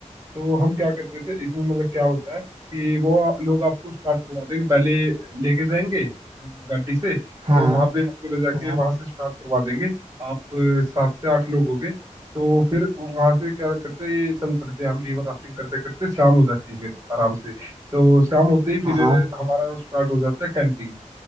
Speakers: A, on the right; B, on the right.
A: तो हम क्या करते थे इसमें मतलब क्या होता है कि वो लोग आपको स्टार्ट करवा देंगे पहले लेके जाएंगे अ, गाड़ी से
B: हाँ
A: तो वहां पे आपको ले जाके
B: हाँ हाँ
A: वहां से स्टार्ट करवा देंगे आप अ, सात से आठ लोग हो गए तो फिर वहां से क्या करते हैं ये चल पड़ते हैं हम रिवर राफ्टिंग करते करते शाम हो जाती है फिर आराम से तो शाम होते ही फिर
B: हाँ हाँ,
A: हमारा स्टार्ट हो जाता है कैंपिंग